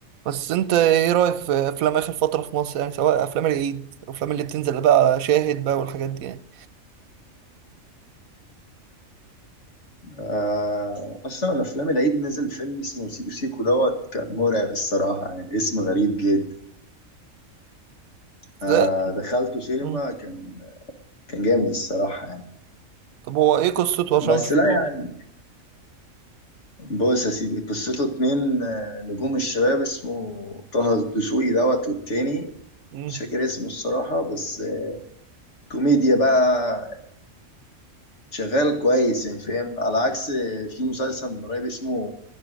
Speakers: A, on the right (about 80°); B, on the left (about 55°).
A: بس انت ايه رأيك في افلام اخر فترة في مصر يعني سواء افلام العيد او افلام اللي بتنزل بقى على شاهد بقى والحاجات دي يعني
B: آه، اصلا افلام العيد نزل فيلم اسمه سيكو سيكو دوت كان مرعب الصراحه يعني اسم غريب جدا
A: ازاي؟
B: آه دخلته سينما
A: مم.
B: كان كان جامد الصراحه يعني
A: طب هو ايه قصته
B: بس
A: عشان ما شفتوش
B: لا يعني بص يا سيدي قصته اتنين آه، نجوم الشباب اسمه طه الدسوقي دوت والتاني
A: مم.
B: مش فاكر اسمه الصراحه بس آه، كوميديا بقى شغال كويس يعني فاهم على عكس آه، في مسلسل من قريب اسمه